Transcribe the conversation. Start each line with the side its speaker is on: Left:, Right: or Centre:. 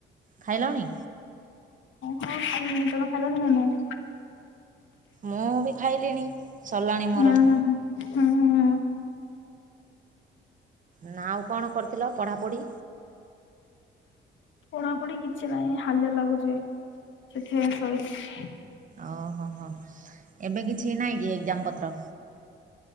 Right: ଖାଇଲଣି।
Left: ହଁ ଖାଇଲିଣି ତମେ ଖାଇଲଣି ନା ନାଇ।
Right: ମୁଁ ବି ଖାଇଲିଣି ସରିଲାଣି ମୋର।
Left: ହୁଁ ହୁଁ ହୁଁ
Right: ନା ଆଉ କଣ କରିଥିଲ ପଢ଼ାପଢ଼ି।
Left: ପଢା ପଢି କିଛି ନାହିଁ ହାଲିଆ ଲାଗୁଚି ସେଥିପାଇଁ ଶୋଇଛି।
Right: ଓହୋ ହୋ ଏବେ କିଛି ନହିଁ କି ଏକ୍ଜାମ ପତ୍ର।